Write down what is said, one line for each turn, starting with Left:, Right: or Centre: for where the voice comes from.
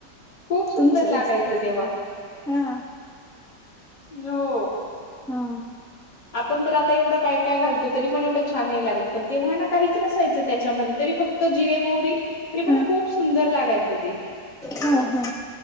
Left: खूप सुंदर
Centre: तुमचं
Left: लागायचं तेव्हा.
Centre: हा
Left: हो.
Centre: हा.
Left: आपण तर आता एवढं काय -काय घालतो तरीपण एवढ छान नाही लागत. पण, तेव्हा ना काहीच नसायचं त्याच्यामध्ये तरी फक्त जिरे, मोहरी तरी
Centre: हा
Left: पण खूप सुंदर लागायचं ते.
Centre: हा हा